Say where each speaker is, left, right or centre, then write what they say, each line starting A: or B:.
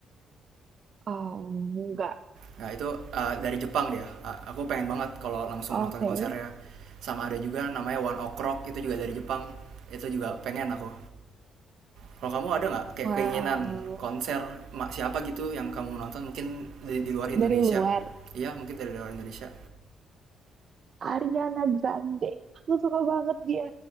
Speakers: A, on the right; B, on the right.
A: Oh, enggak.
B: Nah, itu eh, dari Jepang dia. A- aku pengen banget kalau langsung
A: Oke.
B: nonton konsernya. Sama ada juga namanya One Ok Rock itu juga dari Jepang. Itu juga pengen aku. Kalau kamu ada nggak kayak
A: Wow.
B: keinginan konser ma- siapa gitu yang kamu nonton mungkin di, di luar Indonesia?
A: Dari luar.
B: Iya, mungkin dari luar Indonesia.
A: Ariana Grande aku suka banget dia